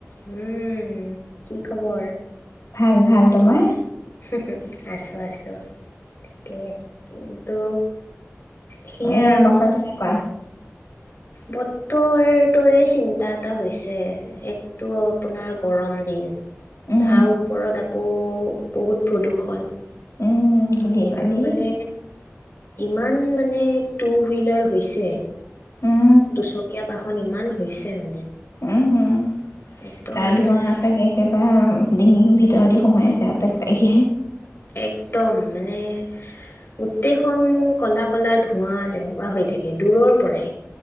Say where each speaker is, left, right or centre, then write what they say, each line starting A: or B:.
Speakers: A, on the left (about 45°); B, on the left (about 75°).
A: উম', কি খবৰ?
B: ভাল-ভাল, তোমাৰ?
A: হহ- হহ আছো-আছো ঠিকেই আছো, কিন্তু? সেয়াই
B: এ',
A: আৰু
B: বতৰ কেনেকুৱা?
A: বতৰটোৰে চিন্তা এটা হৈছে। একটো আপোনাৰ গৰম ৰিন
B: উম
A: তাৰ ওপৰত দা অহ ', বহুত প্ৰদূৰষণ।
B: উম ধূলি বালি
A: আৰু মানে ইমান মানে টু হুইলাৰ হৈছে।
B: উম',
A: দুচকীয়া বাহন ইমান হৈছে মানে,
B: উমহো <unintelligible>
A: একদম মানে
B: চাগে একেবা ডিঙিৰ ভিতৰতে সোমাই যা পেট পায়গে।
A: একদম মানে, গোটেইখন কলাপ কলা ধোৱা তেনেকুৱা হৈ থাকে। দূৰৰ পৰাই